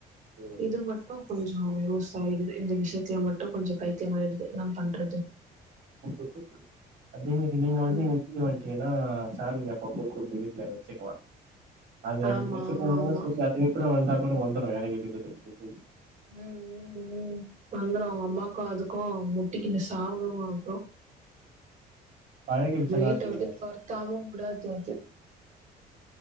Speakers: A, on the right (about 65°); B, on the right (about 45°).
A: ம்
B: இது மட் டு கொஞ்கோ லூஸ் ஆயிடுது இந்த விஷயத்துல மட்டு கொஞ்சோ பைத்தியமாயிடுது என்ன பண்றது
A: ம் அதே மாரி நீங்க வந்து
B: ம்
A: இங்க வீடு வாங்கினின்னா சார்லி அப்போ அப்போ கூட்டு வீட்டுல வெச்சிக்கலா அது அந்த
B: ஆமா
A: மாரி சிக்கோ
B: ஆமா
A: பண்ணா
B: ஆமா
A: சொல்லு அதுவிட்டுடோ வந்தா கூட வந்துரோ எரங்கி திப்பு திப்பு திப்புன்னு
B: ம் ம் ம் வந்துரோ அவுங்க அம்மாக்கோ அதுக்கோ முட்டிக்குன்னு சாவுவோ அப்றோ
A: பழகிடுச்சுன்னா
B: வீட்ட
A: தெரியாது
B: வுட்டு தொரத்தாம உடாது அது